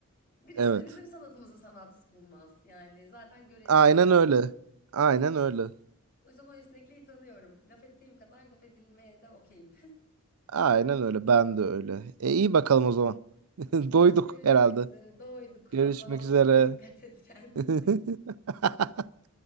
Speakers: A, on the left; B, on the right.
A: Birisi
B: Evet.
A: de bizim sanatımızı sanat bulmaz. Yani zaten göreceli.
B: Aynen öyle. Aynen öyle.
A: O yüzden o esnekliği tanıyorum. Laf ettiğim kadar laf edilmeye de okeyim.
B: Aynen öyle. Ben de öyle. E iyi bakalım o zaman. <laughs> Doyduk
A: <laughs> Görüşmek
B: herhalde.
A: üzere. Doyduk. Hamdolsun.
B: Görüşmek üzere.
A: <laughs> Dikkat et kendine.
B: <laughs>